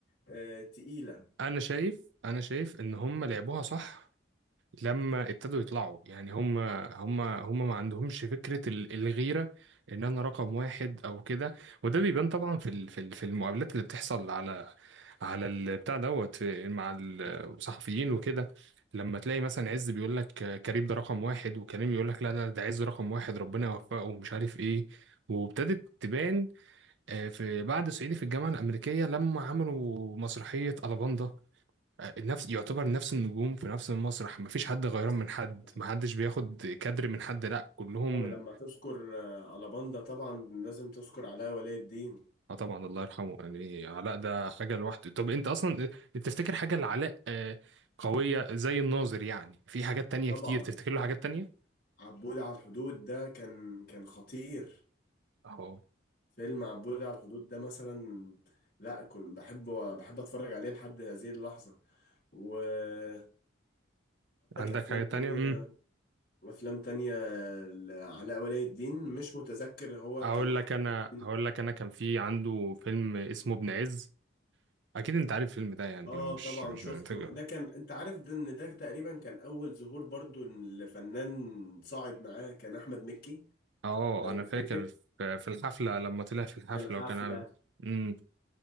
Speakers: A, on the left; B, on the right.
A: آه تقيلة
B: انا شايف انا شايف ان هم لعبوها صح لما ابتدوا يطلعوا يعني هم هم هم ما عندهمش فكرة ال- الغيرة ان انا رقم واحد او كده وده بيبان طبعا في ال- في ال- في المقابلات اللي بتحصل على على البتاع دوت في- مع الصحفيين وكده لما تلاقي مثلا عز بيقول لك كريم ده رقم واحد وكريم يقول لك لا لا ده عز رقم واحد ربنا يوفقه ومش عارف ايه وابتدت تبان آه، في بعد صعيدي في الجامعة الأمريكية لما عملوا مسرحية ألاباندا آه، نفس يعتبر نفس النجوم في نفس المسرح مفيش حد غيران
A: حصل
B: من حد
A: حصل
B: محدش بياخد كادر من حد لا كلهم
A: أو لما تذكر آه، على باندا طبعا لازم تذكر علاء ولي الدين
B: اه طبعا الله يرحمه يعني علاء ده حاجة لوحده طب انت اصلا تفتكر حاجة لعلاء آه، قوية زي الناظر يعني في حاجات تانية
A: طبعا
B: كتير تفتكر له حاجات تانية
A: عبود على الحدود ده كان كان خطير
B: اهو
A: فيلم عبود على الحدود ده مثلا لا كنت بحبه بحب اتفرج عليه لحد هذه اللحظة وعندك
B: عندك
A: افلام
B: حاجة تانية
A: تانية
B: امم
A: وافلام تانية لعلاء ولي الدين مش متذكر هو
B: اقول
A: كانوا
B: لك
A: اقوى
B: انا
A: فيلمين.
B: هقول لك انا كان في عنده فيلم اسمه ابن عز اكيد انت عارف الفيلم ده يعني
A: اه
B: مش
A: طبعا
B: مش
A: شفته
B: محتاج
A: ده كان انت عارف ده ان ده تقريبا كان اول ظهور برضو لفنان صاعد معاه كان احمد مكي
B: اه
A: لو
B: انا
A: تفتكر
B: فاكر في في الحفلة لما طلع في الحفلة
A: كان حفلة
B: وكان عامل- مم.